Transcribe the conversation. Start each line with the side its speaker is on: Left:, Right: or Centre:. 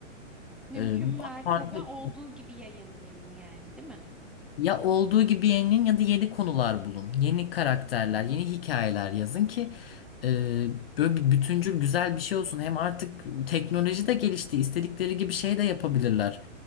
Centre: Mümkün
Left: E,
Centre: mertebe
Left: farklı.
Centre: olduğu gibi yayınlayın yani, değil mi?
Left: Ya olduğu gibi yeninin ya da yeni konular bulun. Yeni karakterler, yeni hikayeler yazın ki e, böyle bir bütüncül güzel bir şey olsun. Hem artık teknoloji de gelişti. İstedikleri gibi şey de yapabilirler.